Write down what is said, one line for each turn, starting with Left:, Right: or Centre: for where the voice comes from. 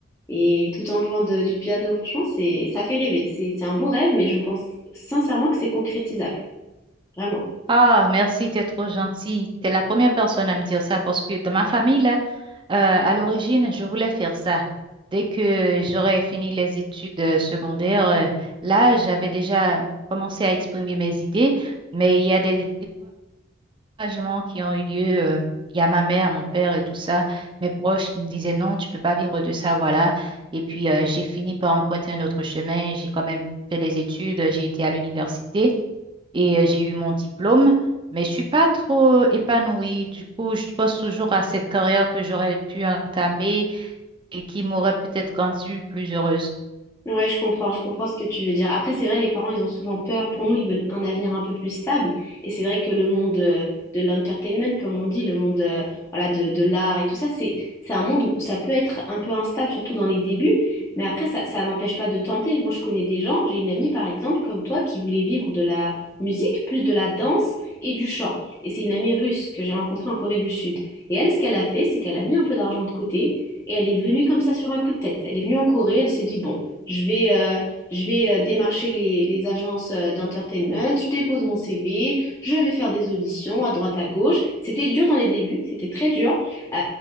Left: et tout en jouant de- du piano. Franchement, c'est, ça fait rêver. C'est, c'est un beau rêve, mais je pense sincèrement que c'est concrétisable. Vraiment.
Right: Ah, merci, t'es trop gentil. T'es la première personne à me dire ça parce que dans ma famille, là, euh, à l'origine, je voulais faire ça. Dès que j'aurais fini les études euh, secondaires, euh, là, j'avais déjà commencé à exprimer mes idées, mais il y a des découragements qui ont eu lieu. euh, il y a ma mère, mon père et tout ça, mes proches qui me disaient non, tu peux pas vivre de ça, voilà. Et puis, euh, j'ai fini par emprunter un autre chemin. J'ai quand même fait les études, j'ai été à l'université et euh, j'ai eu mon diplôme, mais je suis pas trop euh, épanouie. Du coup, je pense toujours à cette carrière que j'aurais pu entamer et qui m'aurait peut-être rendue plus heureuse.
Left: Ouais, je comprends, je comprends ce que tu veux dire. Après, c'est vrai, les parents, ils ont souvent peur. Pour nous, ils veulent un avenir un peu plus stable. Et c'est vrai que le monde euh, de l'entertainment, comme on dit, le monde euh, voilà, de, de l'art et tout ça, c'est, c'est un monde où où ça peut être un peu instable, surtout dans les débuts. Mais après, ça, ça n'empêche pas de tenter. Moi, je connais des gens, j'ai une amie, par exemple, comme toi, qui voulait vivre de la musique, plus de la danse et du chant. Et c'est une amie russe que j'ai rencontrée en Corée du Sud. Et elle, ce qu'elle a fait, c'est qu'elle a mis un peu d'argent de côté. Et elle est venue comme ça sur un coup de tête. Elle est venue en Corée, elle s'est dit, bon. Je vais, euh, je vais euh, démarcher les, les agences euh, d'entertainment, je dépose mon CV, je vais faire des auditions à droite à gauche. C'était dur dans les débuts, c'était très dur. Euh,